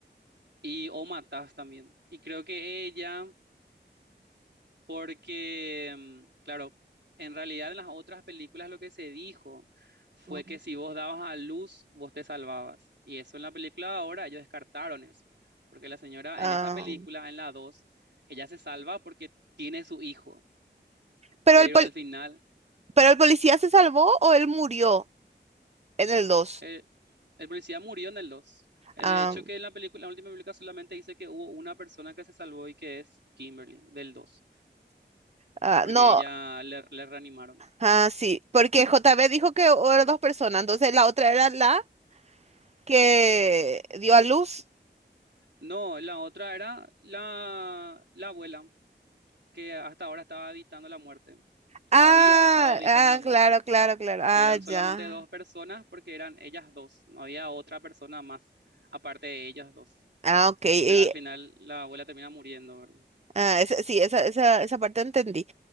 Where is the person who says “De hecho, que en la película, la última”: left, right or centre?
Right